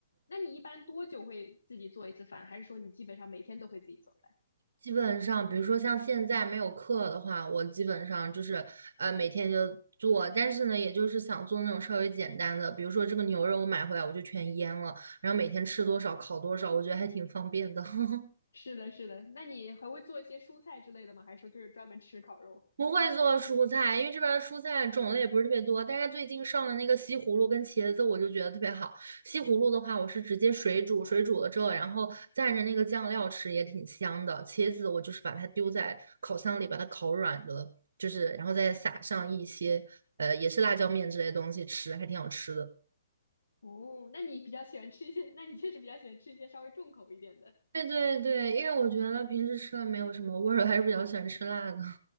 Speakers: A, on the left; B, on the right.
A: 那你一般多久会自己做一次饭？还是说你基本上每天都会自己做饭？
B: 基本上，比如说像现在没有课的话，我基本上就是呃每天就做，但是呢，也就是想做那种稍微简单的，比如说这个牛肉我买回来我就全腌了，然后每天吃多少烤多少，我觉得还挺方便的。<laughs>
A: 是的，是的。那你还会做一些蔬菜之类的吗？还是说就是专门吃烤肉？
B: 不会做蔬菜，因为这边儿蔬菜种类不是特别多。但是最近上了那个西葫芦跟茄子，我就觉得特别好。西葫芦的话，我是直接水煮，水煮了之后，然后蘸着那个酱料吃，也挺香的。茄子我就是把它丢在烤箱里，把它烤软了，就是然后再撒上一些呃，也是辣椒面之类的东西吃，还挺好吃的。
A: 哦，那你比较喜欢吃一些，那你确实比较喜欢吃一些稍微重口一点的。
B: 对对对，因为我觉得平时吃的没有什么味儿，我还是比较喜欢吃辣的。